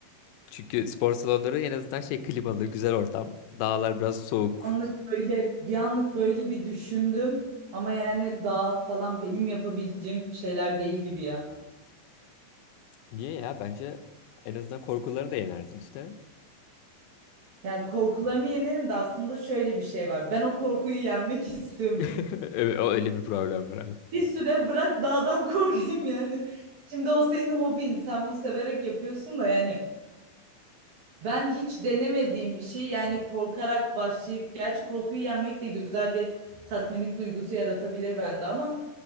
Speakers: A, on the left; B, on the right.
A: Çünkü spor salonları en azından şey klimalı, güzel ortam. Dağlar biraz soğuk.
B: anlık böyle bir anlık böyle bir düşündüm ama yani daha falan benim yapabileceğim şeyler değil gibi ya.
A: Niye ya? Bence en azından korkularını da yenersin işte.
B: Yani korkularımı yenerim de aslında şöyle bir şey var. Ben o korkuyu yenmek <laughs> istiyor muyum?
A: <laughs> Evet, o- öyle bir problem var. abi.
B: Bir süre bırak dağdan <laughs> korkayım yani. Şimdi o senin hobin. Sen bunu severek yapıyorsun da yani. Ben hiç denemediğim bir şey yani korkarak başlayıp gerçi korkuyu yenmek de güzel bir tatminlik duygusu yaratabilir bende ama